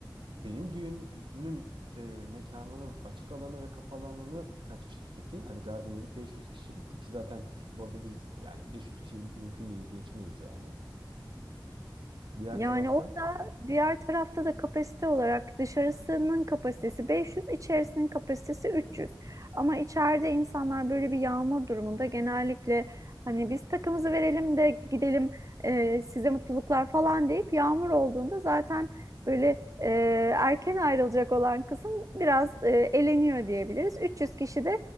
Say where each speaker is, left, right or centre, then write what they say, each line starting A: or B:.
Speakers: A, on the right; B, on the right.
A: benim düğünüm e, mekanının açık alanı ve kapalı alanı kaç kişilik peki? Hani Garden Wedding 500 kişilikti ki zaten bu arada biz yani 500 kişi mümkün değil geçmeyiz yani. Diğer
B: Yani
A: tarafta
B: orada diğer tarafta da kapasite olarak dışarısının kapasitesi 500, içerisinin kapasitesi 300. Ama içeride insanlar böyle bir yağmur durumunda genellikle hani biz takımızı verelim de gidelim e, size mutluluklar falan deyip yağmur olduğunda zaten böyle e, erken ayrılacak olan kısım biraz e, eleniyor diyebiliriz. 300 kişi de